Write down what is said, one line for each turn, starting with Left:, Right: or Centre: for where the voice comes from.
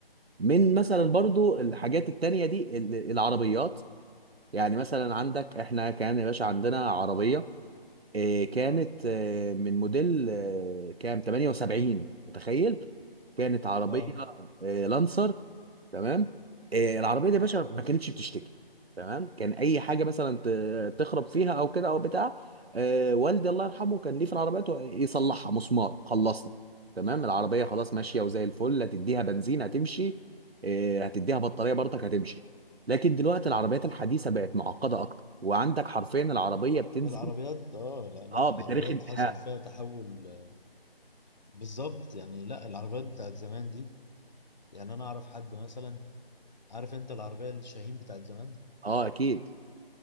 Right: من مثلا برضو الحاجات التانية دي ال- العربيات يعني مثلا عندك احنا كان يا باشا عندنا عربيه آه، كانت آه، من موديل آه، كام 78 متخيل كانت عربيه
Left: اه
Right: آه، لانسر تمام آه، العربيه دي يا باشا ما كانتش بتشتكي تمام كان اي حاجه مثلا ت- تخرب فيها او كده او بتاع آه، والدي الله يرحمه كان ليه في العربيات يصلحها مسمار خلصنا تمام العربيه خلاص ماشيه وزي الفل هتديها بنزين هتمشي آه، هتديها بطاريه برضك هتمشي لكن دلوقتي العربيات الحديثه بقت معقده اكتر وعندك حرفيا العربيه بتنزل
Left: العربيات اه لا لا
Right: اه
Left: العربيات
Right: بتاريخ انتهاء
Left: حصل فيها تحول آه، بالظبط يعني لا العربيات بتاعت زمان دي يعني انا اعرف حد مثلا عارف انت العربيه الشاهين بتاعت زمان
Right: اه اكيد